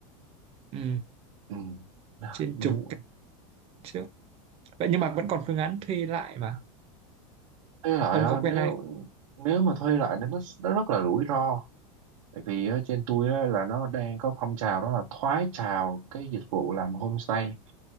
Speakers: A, on the right; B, on the right.
A: Ừ,
B: ừ. Đó,
A: trên
B: nhưng
A: trục trước vậy nhưng mà vẫn còn phương án thuê lại mà
B: thuê lại
A: ông
B: á,
A: có quen
B: nếu
A: ai không?
B: nếu mà thuê lại thì nó nó rất là rủi ro tại vì á, trên tôi á, là nó đang có phong trào đó là thoái trào cái dịch vụ làm homestay